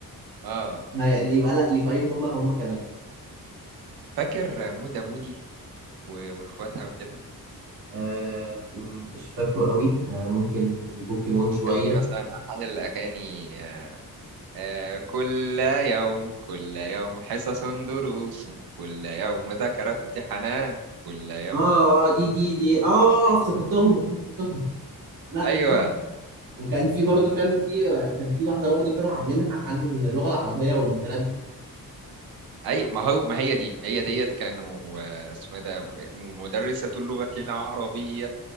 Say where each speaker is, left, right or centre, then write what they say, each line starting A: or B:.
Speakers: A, on the right; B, on the right.
A: اه
B: ما ي- اللي يبقى لا اللي يبقى ليهم هم هم كمان
A: فاكر مودة مودي و- واخواتها وكده
B: آه مش فاكره قوي آه ممكن بوكيمون شويه
A: كان في مثلا احد الاغاني آه آه كل يوم كل يوم حصص دروس كل يوم مذاكرات امتحانات كل يوم
B: اه آه، دي دي دي اه افتكرتهم افتكرتهم لا
A: ايوه
B: وكان في برضه كان في كان في واحده برضه كانوا عاملينها عن اللغه العربيه والمتنبي
A: ايوه ما هو ما هي دي هي ديت كانوا آه، اسمه ايه ده م- مدرسة اللغة العربية